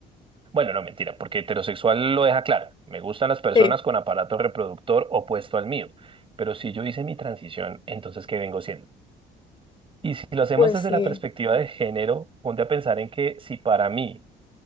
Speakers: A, on the right; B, on the left.
A: Bueno, no, mentira, porque heterosexual lo deja claro. Me gustan las personas
B: Sí,
A: con aparato reproductor opuesto al mío. Pero si yo hice mi transición, entonces, ¿qué vengo siendo? Y si lo hacemos
B: pues
A: desde
B: sí.
A: la perspectiva de género, ponte a pensar en que si para mí